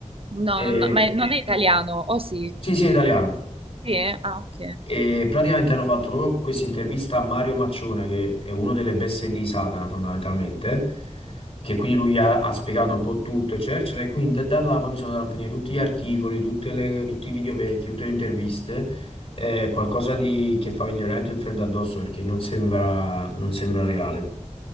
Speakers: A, on the right; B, on the left.
A: No,
B: E,
A: no, no, ma è- non è italiano, o sì?
B: sì, sì, è italiano.
A: Sì, eh? Ah, ok.
B: E praticamente hanno fatto proprio questa intervista a Mario Maccione, che è uno delle bestie di Satana fondamentalmente, che quindi lui ha, ha spiegato un po' tutto, eccetera, eccetera, e quindi da, da là poi mi sono andato a prendere tutti gli articoli, tutte le- tutti i video vecchi, tutte le interviste, eh, qualcosa di, che fa venire veramente il freddo addosso perché non sembra, non sembra reale.